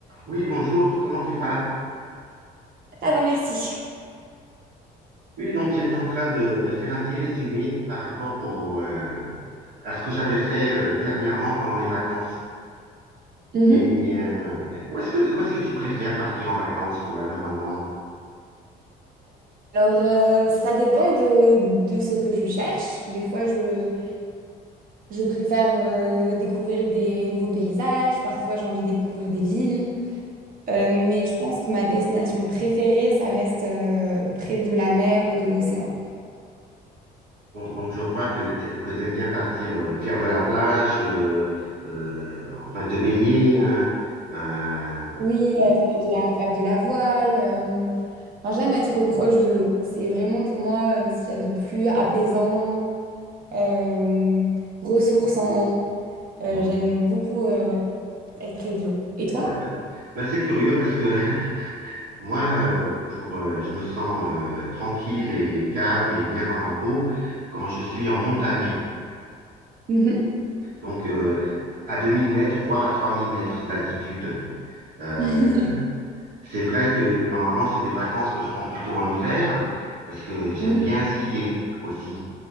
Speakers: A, on the right; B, on the right.
A: Oui, bonjour, comment tu vas?
B: Ah bah merci.
A: Oui, donc j'étais en train de, de faire un petit résumé par rapport au, euh, à ce que j'avais fait euh, dernièrement pendant les vacances.
B: Mhm.
A: Et euh, où est-ce que, où est-ce que tu préfères partir en vacances, toi, normalement?
B: Alors, euh, ça dépend de, de ce que je cherche. Des fois, je, je préfère euh, découvrir des nouveaux paysages. Parfois, j'ai envie de découvrir des villes. Euh, mais je pense que ma destination préférée, ça reste euh, près de la mer ou de l'océan.
A: Bon, donc je vois que tu que t'aimes bien partir euh, faire de la plage, euh, euh, enfin te baigner. hein, euh,
B: Oui, euh, faire de la, faire de la voile. euh, enfin, j'aime être proche de l'eau. C'est vraiment pour moi euh, ce qu'il y a de plus apaisant, euh, ressourçant. Euh,
A: hmm.
B: j'aime beaucoup. euh, ouais, être près de l'eau. Et toi?
A: Ouais, bah, bah, c'est curieux parce que <laughs> Moi, euh, pour, euh, je me sens euh, tranquille et calme et bien dans ma peau quand je suis en montagne.
B: Mhm.
A: Donc, euh, à 2000 mètres, voire à 3000 mètres d'altitude. Euh,
B: <laughs>
A: c'est vrai que normalement, c'est des vacances que je prends plutôt en hiver parce que j'aime
B: Mhm.
A: bien skier aussi.